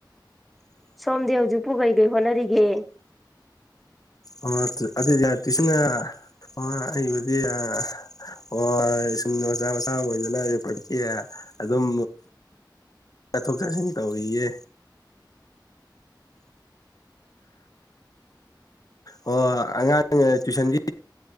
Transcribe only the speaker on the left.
ꯑꯣ ꯑꯗꯨꯗꯤ ꯇꯨꯁꯤꯅ ꯑꯩꯕꯨꯗꯤ ꯑꯣꯝ ꯑꯣꯖꯥ ꯃꯆꯥ ꯑꯃꯥ ꯑꯣꯏꯗꯅ ꯑꯦ ꯑꯗꯨꯝ ꯆꯠꯊꯣꯛ ꯆꯠꯁꯤꯟ ꯇꯧꯔꯤꯌꯦ ꯑꯣ ꯑꯉꯥꯡ ꯇꯨꯋꯏꯁꯟꯗꯤ